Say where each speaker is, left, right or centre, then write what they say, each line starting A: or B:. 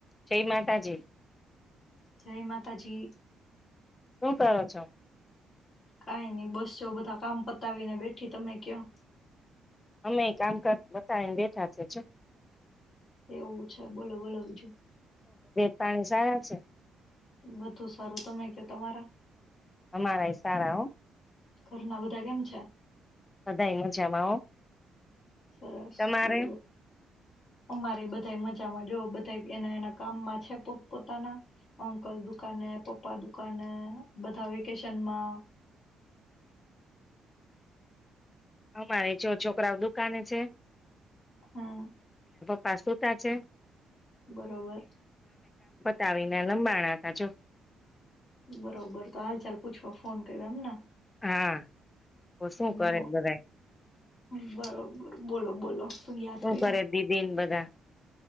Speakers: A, on the left; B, on the left.
A: જય માતાજી.
B: જય માતાજી.
A: શું કરો છો.
B: કઈ નઈ બસ જો બધા કામ પતાવીને બેઠી તમે ક્યા.
A: અમે કામકાજ બતાવીને બેઠા છે જો.
B: એવું છે બોલો બોલો બીજું.
A: <unintelligible> સાારા છે.
B: બધું સારું તમે કે તમારા.
A: અમારા ઈ સારા હો.
B: ઘરના બધા કેમ છે
A: બધા મજામાં હો
B: સરસ
A: તમારે
B: બરોબર. અમારે બધાય મજામાં જો બધા એના એના કામમાં છે પોત પોતાના અંકલ દુકાને પપ્પા દુકાને બધા વેકેશનમાં
A: અમારે જો છોકરાઓ દુકાને છે.
B: હમ.
A: પ્પા સુતા છે.
B: બરોબર.
A: આવીને લંબાણા તા જો.
B: બરોબર તો હાલ ચાલ પૂછવા ફોન કર્યો એમને.
A: હા. તો શું કરે
B: બ
A: બધા
B: બરોબર બોલો બોલો શુ યાદ
A: શું
B: કર્યા.
A: કરે દીદી ને બધા